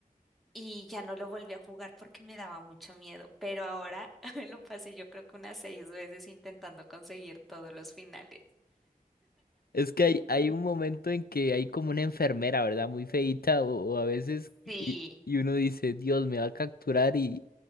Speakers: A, in the centre; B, on the left (about 85°).
A: y ya no lo volví a jugar porque me daba mucho miedo, pero ahora <laughs> lo pasé yo creo que unas seis veces intentando conseguir todos los finales.
B: Es que hay, hay un momento en que hay como una enfermera, ¿verdad? Muy feíta o, o a veces
A: Sí,
B: y, y uno dice, Dios, me va a capturar y,